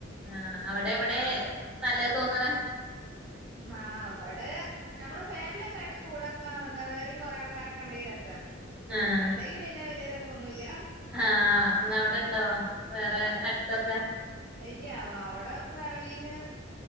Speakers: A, in the centre; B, on the right.
A: ആഹ് അവിടെ ഇവിടെ നല്ലത് തോന്നണെ?
B: ഹാ അവടെ, നമ്മള് ഫാമിലി ഒക്കെ ആയിട്ട്, കൂടെ എന്താ വേറെം കൊറെ ആൾക്കാരൊക്കെണ്ടെ രസ.
A: ആഹ്
B: അല്ലേയി പിന്നെ വലിയ രസോന്നുല്ല.
A: ആ അങ് അവിടെണ്ടോ വേറെ അടുത്തൊക്കെ?
B: ഇല്ല്യ അവിടെ <unintelligible>